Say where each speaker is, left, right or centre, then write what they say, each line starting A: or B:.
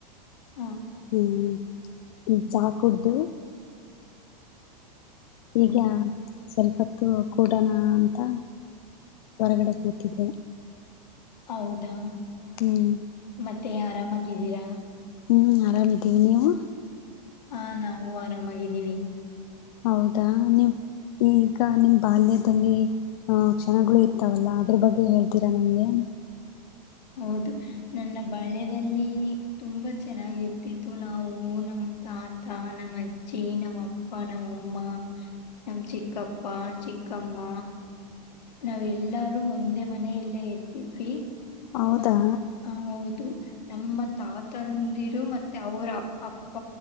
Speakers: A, on the left; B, on the left.
A: ಹಾ,
B: ಹ್ಮ್ ಚಾ ಕುಡ್ದು.
A: ಕುಂತ್
B: ಈಗ, ಸ್ವಲ್ಪತ್ತು ಕೂಡಣ ಅಂತ ಹೊರಗಡೆ ಕೂತಿದ್ದೆ.
A: ಹೌದಾ
B: ಹ್ಮ್
A: ಮತ್ತೆ ಆರಾಮಾಗಿದ್ದೀರಾ
B: ಹ್ಮ್ ಆರಾಮಿದ್ದೀವಿ ನೀವು
A: ಹಾ ನಾವು ಆರಾಮಾಗಿದ್ದೀವಿ
B: ಹೌದಾ ನೀವು ಈಗ ನಿಮ್ಮ್ ಬಾಲ್ಯದಲ್ಲಿ ಹ ಕ್ಷಣಗಳು ಇರ್ತಾವಲ್ಲಾ ಅದ್ರ ಬಗ್ಗೆ ಹೇಳ್ತೀರಾ ನಂಗೆ
A: ಹೌದು ನನ್ನ ಬಾಳ್ಯದಲ್ಲಿ ತುಂಬಾ ಚೆನ್ನಾಗಿರ್ತಿತ್ತು ನಾವು ನಮ್ಮ ತಾತ ನಮ್ಮ ಅಜ್ಜಿ ನಮ್ಮಪ್ಪ ನಮ್ಮಪ್ಪ ನಮ್ಮಮ್ಮ ನಮ ಚಿಕ್ಕಪ್ಪ ಚಿಕ್ಕಮ್ಮ ನಾವ ಎಲ್ಲಾರು ಒಂದೇ ಮನೆಯಲ್ಲೇ ಇರ್ತಿದ್ವಿ
B: ಹೌದಾ
A: ಮ ಹೌದು ನಮ್ಮ ತಾತಂದಿರು ಮತ್ತೆ ಅವ್ರ ಅಪ್ಪ